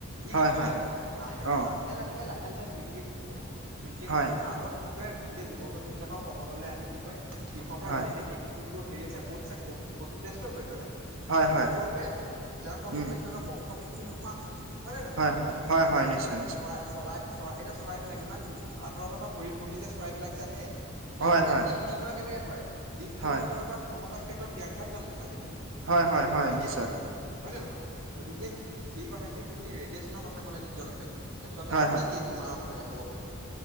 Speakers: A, on the right; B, on the right.
A: ই
B: হয়
A: কি
B: হয়
A: কৰে, লাহে,
B: অঁ
A: লাহে-লাহে লাহে-লাহে ফ্ৰিকুৱেঞ্চিটো, ফ্ৰিকুৱেঞ্চিটোৰ
B: হয়
A: মাজত কি গোটেই জীৱ জন্তু বিলাকৰ কবললৈ আনি কি কৰে, সিহঁতৰ
B: হয়
A: জেনেটিক যোন টোৰ সেৰি আছে কৌড আছে কৌড কৌডটো ডেচট্ৰই কৰি পেলাই
B: হয়
A: যাৰ ফল
B: হয়
A: স্বৰূপে যাৰ ফল স্বৰূপ
B: উম
A: স সিহতৰ বংশ বৃদ্ধি নোহোৱা হয়, হয় নে নহয়,
B: হয় হয়
A: তেওঁলোক
B: হয় নিশ্চয় নিশ্চয়
A: চৰাই চলাই, চৰাই, এতিয়া চৰাইবিলাক ইমান আঁতৰ আতৰ পা পৰিভ্ৰমি যে চৰাইবিলাক যে আহে, তেওঁলোকে
B: হয় হয়
A: দিশ দিশ নিৰ্ণয় কেনেকে কৰে? দিশ নিৰ্ণয়
B: হয়
A: কৰিব পৰা ক্ষমতাৰ ক্ষেত্ৰত ব্যঘাত জন্মাই, আজিকালি।
B: হয়
A: সেই ক্ষে
B: হয় হয়
A: ৰেডিয়েচনে,
B: নিশ্চয়
A: হয় নে নহয়, গতিকে সেই কথাখিনি, তুমি ৰেডিয়েচনৰ কথা ক'লা দ্বিতীয়ৰূপে, তাৰপিছত
B: হয়
A: আৰু
B: হয়
A: কি কি তোমাৰ মতে হ'ব পাৰে?